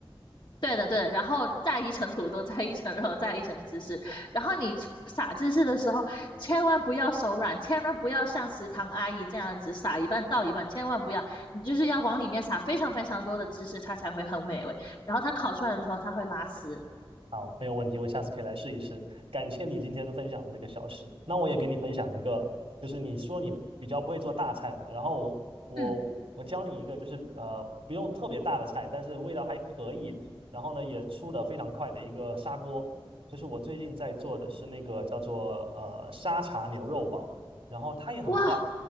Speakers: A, on the left; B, on the right.
A: 对的，对的，然后再一层土豆，再一层肉，再一层芝士。然后你撒芝士的时候，千万不要手软，千万不要像食堂阿姨这样子撒一半倒一半，千万不要，你就是要往里面撒非常非常多的芝士，它才会很美味。然后它烤出来的时候，它会拉丝。
B: 好，没有问题，我下次可以来试一试。感谢你今天的分享的这个小事。那我也给你分享一个，就是你说你比较不会做大菜嘛，然后我我我教你一个，
A: 嗯，
B: 就是呃不用特别大的菜，但是味道还可以，然后呢也出的非常快的一个砂锅，就是我最近在做的是那个叫做呃沙茶牛肉煲，然后它也很快
A: 哇，